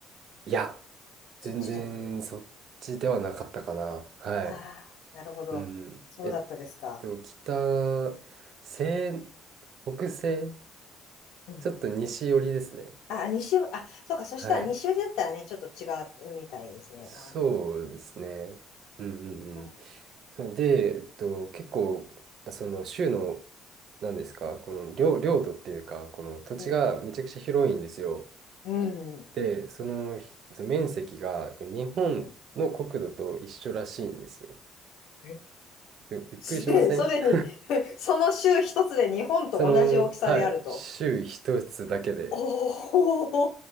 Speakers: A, on the right (about 60°); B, on the left (about 75°).
A: いや、
B: そっちじゃない
A: 全然そっちではなかったかな。はい。
B: ああー、なるほど。
A: うん。
B: そうだったですか。
A: えっと、北、西、北西、
B: うん。
A: ちょっと西寄りですね。
B: あ、西寄り、あ、そうか、そしたら西寄りだったらね、
A: はい。
B: ちょっと違うみたいですね。
A: そうですね。
B: ああ、そっ
A: うんうんうん。
B: か
A: そので、えっと、結構、その州の、なんですか、この領、領土っていうか、この土地がめちゃくちゃ広いんですよ。
B: うん。うん。
A: で、そのひ面積がこれ日本の国土と一緒らしいんですよ。
B: うん。え
A: でもびっくりしません
B: すでそれに、
A: <laughs>
B: <laughs> その州一つで日本と同じ大きさであると。
A: その、はい、州一つだけで。
B: お